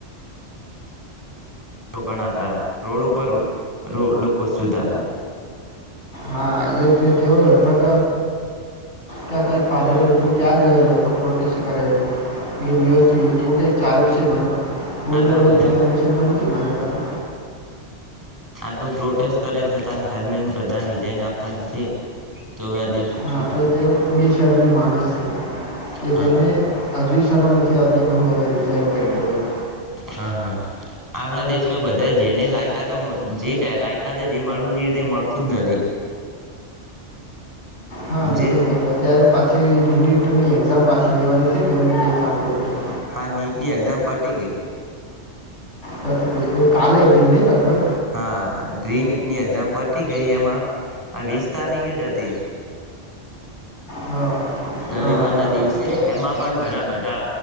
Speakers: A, on the right; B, on the left.
A: કા હતા રોડ ઉપર લોકો સુતા હતા
B: હા એ તેવ લગભગ ત્યા કઈ પાધરેયુ હતું ને ત્યા જ લગભગ પ્રોટેસ્ટ કરે છે. બે દિવસથી એવું કઈ ચાલુ છે મને ફૂલ
A: આટલા બધા
B: ઇન્ફોર્મેશન તો નથી મારી પાસે
A: આટલું પ્રોટેસ્ટ કરે છતા ધર્મેન્દ્ર પ્રધાન રિઝાઇન આપતા નથી. તો હવે આ દેશ
B: હા
A: શું થાય
B: તો તે બે શરની માણસ છે એ
A: હા
B: જેને હજુ શરમ નથી આવતી કે હું હવે રિઝાઇન કરી દઉ એમ
A: હા હા આપણા દેશમાં બધા જેને લાયકા તો જેય લાયકા તો જે મળવું જોઈએ તે મળતું જ નથી.
B: હા નથી
A: જે
B: મળતું અત્યારે પાછી જે રિન્યુ ટર્મની એક્ઝામ પાછી લેવાની છે ને એમટેમ સાંભળ્યો હતું.
A: હા નીટની એક્ઝામ પટી ગઈ
B: પતી ગઈ એવું કાલ જ ને લગભગ
A: હા ડ્રીનટની એક્ઝામ પટી ગઈ એમાં વીસ તારીખે જ હતી
B: હા
A: રવિવાર
B: હા બરાબર
A: ના દિવસે એમાં પણ ઘણા બધા